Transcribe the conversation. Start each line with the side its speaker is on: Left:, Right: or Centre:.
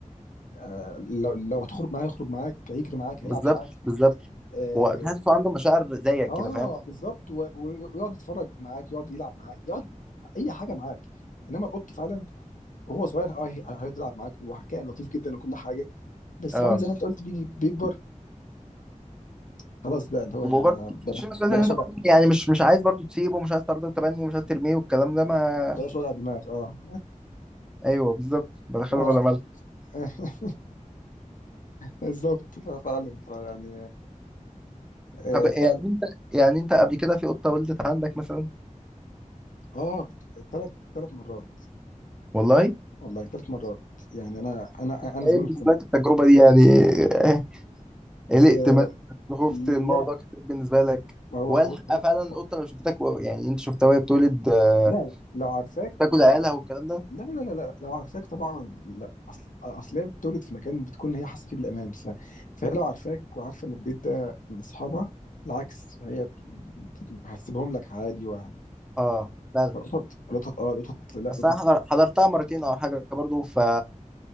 Left: آه، لو لو هتخرج معاه يخرج معاك هيجري معاك هيلعب
Centre: بالظبط
Left: معاك
Centre: بالظبط
Left: اه
Centre: وتحسه عنده مشاعر زيك
Left: آه،
Centre: كده فاهم
Left: بالظبط و- و- ويقعد يتفرج معاك يقعد يلعب معاك يقعد اي حاجه معاك انما القط فعلا وهو صغير اه هي- هيقعد يلعب معاك وكائن لطيف جدا وكل حاجه بس
Centre: اه
Left: فعلا زي ما انت قلت بيجي بيكبر خلاص بقى اللي هو
Centre: وبرضه
Left: يعني ما-
Centre: انت
Left: بلا-
Centre: بتشيل مسؤولية
Left: بلاش
Centre: إن أنت
Left: وجع
Centre: برضه يعني مش مش عايز برضه تسيبه ومش عايز برضه تبني ومش عايز ترميه والكلام ده ما
Left: بلاش وجع دماغ اه
Centre: ايوه بالظبط بدخله
Left: اه
Centre: بلا مال
Left: <laughs> بالظبط ف- فعلا ف- يعني آه،
Centre: طب يعني
Left: فعلا
Centre: انت يعني انت قبل كده في قطه ولدت عندك مثلا
Left: اه ثلاث ثلاث مرات
Centre: والله
Left: والله ثلاث مرات يعني انا انا
Centre: ايه
Left: انا زمان
Centre: بالنسبه
Left: كنت
Centre: لك التجربه دي يعني إيه؟ قلقت
Left: آه،
Centre: مثلا خفت الموضوع
Left: لا
Centre: كتير بالنسبه لك
Left: هو
Centre: والحق
Left: هو هو
Centre: فعلا القطه
Left: هو-
Centre: لو شفتك و- يعني انت شفتها وهي بتولد آه،
Left: لا لا لو عارفاك
Centre: تاكل
Left: لو-
Centre: عيالها والكلام ده
Left: لا لا لا لا لو عارفاك طبعا لا اصل اصل هي بتولد في مكان بتكون هي حاسه فيه بالامان ف... فهي لو عارفاك وعارفه ان البيت ده من اصحابها بالعكس هي بت- هتسيبهم لك عادي وهت
Centre: اه فعلا
Left: القطط القطط اه القطط لا
Centre: بس
Left: القطط
Centre: انا حضر- حضرتها مرتين او حاجه برضه ف